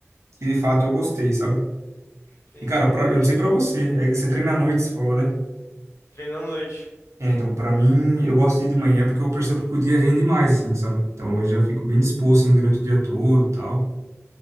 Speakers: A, on the right; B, on the left.
A: que de fato eu gostei, sabe?
B: Entendi.
A: E, cara, pra, eu não sei pra você, é, você treina à noite, você falou, né?
B: Treino à noite.
A: É, então, pra mim, eu gosto de ir de manhã porque eu percebo que o dia rende mais, assim, sabe? Então, eu já fico bem disposto, assim, durante o dia todo e tal.